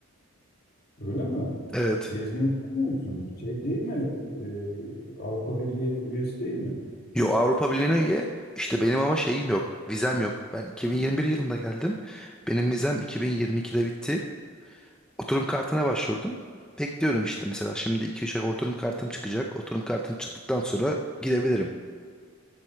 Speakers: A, on the left (about 45°); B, in the centre.
A: Öyle mi?
B: Evet.
A: Gezmeye gitmiyor musun? Şey değil mi? Ee, Avrupa Birliği üyesi değil mi?
B: Yo Avrupa Birliği'ne üye. İşte benim ama şeyim yok. Vizem yok. Ben 2021 yılında geldim. Benim vizem 2022'de bitti. Oturum kartına başvurdum. Bekliyorum işte mesela şimdi iki üç ay oturum kartım çıkacak. Oturum kartım çıktıktan sonra gidebilirim.